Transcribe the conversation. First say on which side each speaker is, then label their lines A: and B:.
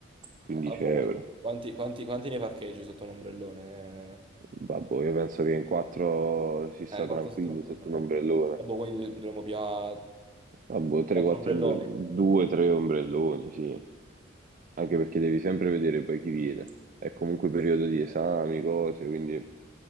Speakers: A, on the right; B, on the right.
A: 15
B: Ah, boh.
A: euro.
B: Quanti, quanti- quanti ne parcheggi sotto un ombrellone?
A: Vabbè, io penso che in quattro si sta
B: Eh, quattro
A: tranquilli
B: sotto un
A: sotto
B: ombrellone.
A: un ombrellone.
B: Eh, Ah, boh, quindi dovremmo pigliare
A: Vabbè, 3-4
B: quattro ombrelloni.
A: ombrelloni, 2-3 ombrelloni, sì. Anche perché devi sempre vedere poi chi viene. È comunque periodo di esami,
B: Eh,
A: cose, quindi